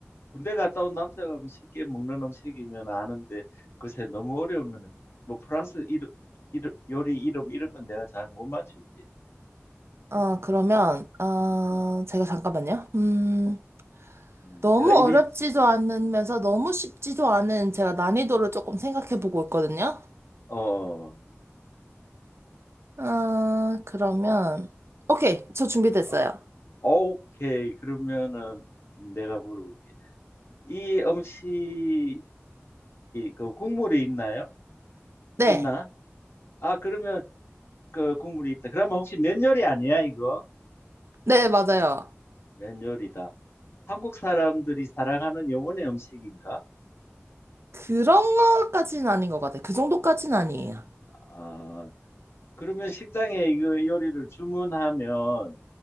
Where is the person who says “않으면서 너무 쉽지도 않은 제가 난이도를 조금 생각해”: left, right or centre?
Right